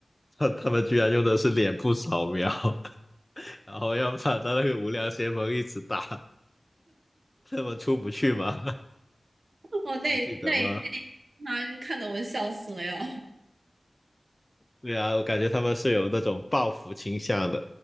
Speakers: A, on the left; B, on the right.
A: 他他们居然用的是脸部扫描，<laughs> 然后要把他那个无量先锋一直打，他们出不去嘛。
B: 哦，那那一
A: 还记得吗？
B: 那妈看得我笑死了呀！
A: 对啊，我感觉他们是有那种报复倾向的，